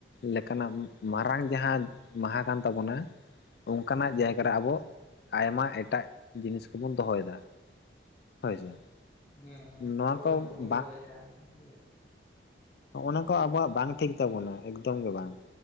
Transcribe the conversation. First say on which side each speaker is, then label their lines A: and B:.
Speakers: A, on the left; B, on the left.
A: ᱞᱮᱠᱟᱱᱟᱜ ᱢᱟᱨᱟᱝ ᱡᱟᱦᱟᱸ ᱢᱟᱦᱟ ᱠᱟᱱ ᱛᱟᱵᱚᱱᱟ ᱚᱱᱠᱟᱱᱟᱜ
B: ᱦᱮᱸ
A: ᱡᱟᱭᱜᱟ ᱨᱮ ᱟᱵᱚ ᱟᱭᱢᱟ ᱮᱴᱟᱜ ᱡᱤᱱᱤᱥ ᱠᱚᱵᱚᱱ ᱫᱚᱦᱚᱭᱮᱫᱟ ᱦᱳᱭ ᱥᱮ
B: ᱩᱸ ᱦᱮᱸ
A: ᱱᱚᱣᱟ
B: ᱦᱮᱸ ᱯᱨᱳᱜᱨᱟᱢ
A: ᱠᱚ
B: ᱠᱚᱵᱚᱱ
A: ᱵᱟᱝ
B: ᱫᱚᱦᱚᱭᱮᱫᱼᱟ ᱦᱮᱸ ᱥᱮ
A: ᱚᱱᱟ ᱠᱚ ᱟᱵᱚᱣᱟᱜ ᱵᱟᱝ ᱴᱷᱤᱠ ᱛᱟᱵᱚᱱᱟ ᱮᱠᱫᱚᱢ ᱜᱮ ᱵᱟᱝ